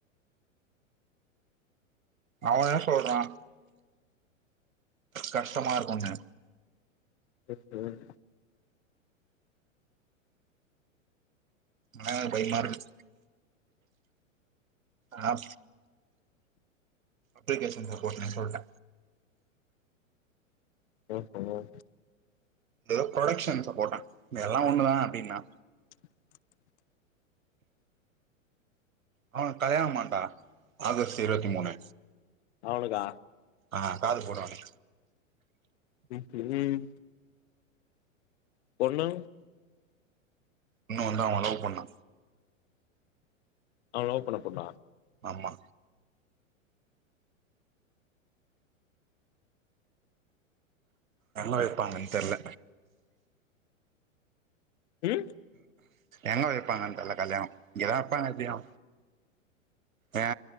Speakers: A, on the right; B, on the left.
A: அவ என்ன சொல்றா கஷ்டமா இருக்குனு
B: ம் ம்
A: ஆனா எனக்கு பயமா இருக்கு ஆ அப்ளிகேஷன் போடனுன்னு சொல்ட்ட
B: ஓ ஓ
A: எதோ ப்ரொடக்க்ஷன் சப்போட்டா எல்லா ஒண்ணுதா அப்டின்னா
B: <inaudible>
A: அவனுக்கு கல்யாணோமாடா ஆகஸ்ட் இருவத்தி மூணு
B: அவளுக்கா
A: ஆ கால் போட்ரானே
B: ம் ஒண்ணு
A: இன்னொன்னு அவ அல்லோ பண்ணா
B: அவ லவ் பண்ண பொண்ணா
A: ஆமா எங்க வெய்ப்பாங்கன் தெர்ல
B: ம்
A: எங்க வெய்ப்பாங்க தெர்ல கல்யாணோ இங்கதா வெப்பாங்க எப்டியு ஏ